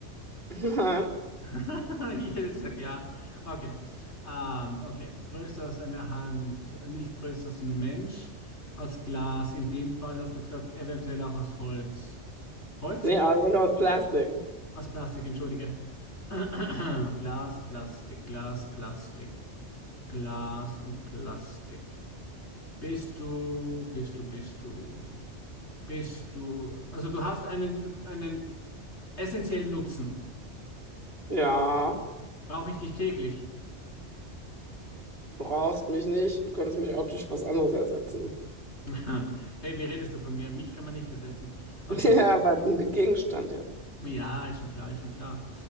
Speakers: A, on the right (about 55°); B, on the left (about 70°).
A: <laughs> Nein.
B: <laughs> Ich hätte gesagt, ja. Okay. Ähm, okay. Größer als eine Hand, nicht größer als ein Mensch. Aus Glas, in dem Fall hast du gesagt, eventuell auch aus Holz. Holz?
A: Nee, aber genau aus Plastik.
B: Aus Plastik, entschuldige. <clears throat> Glas, Plastik, Glas, Plastik. Glas und Plastik. Bist du, bist du, bist du, bist du. Also du hast einen, einen essentiellen Nutzen.
A: Ja,
B: Brauche ich dich täglich?
A: brauchst mich nicht. Du könntest mich auch durch was anderes ersetzen. <laughs>
B: <laughs> Hey, wie redest du von mir? Mich kann man nicht ersetzen. Okay,
A: Ja, aber ein Gegenstand, ja.
B: ja, ist schon klar, ist schon klar.